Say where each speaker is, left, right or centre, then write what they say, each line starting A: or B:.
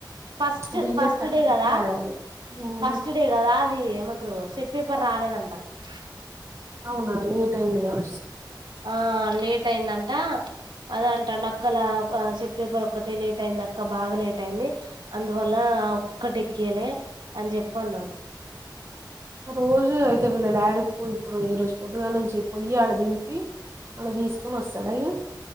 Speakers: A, on the right; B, on the right.
A: ఫస్ట్
B: వీళ్ళే
A: ఫస్ట్
B: టక
A: డే
B: టక
A: గదా
B: రాయాలి ఉమ్.
A: ఫస్ట్ డే గదా అది ఏమంటారు సెట్ పేపర్ రాలేదంట క్క
B: అవునా లేట్ అయింది గావ
A: ఆ లేేట్ ట్ అయిందంటా అదే అంటాండి అక్కలా సిట్ పేపర్ ఒక్కటి లేట్ అయింది అక్క బాగా లేట్ అయింది అందువల్ల ఒక్కటి క్యలే అని జెప్పి అన్నడు
B: ఆ రోజు అయితే వీళ్ళ డాడీ ఇప్పుడు ఈ రోజు పొద్దుగా నుంచి పొయ్యి ఆడ దింపి మళ్ళీ తీసుకొని ఒస్తడాయగ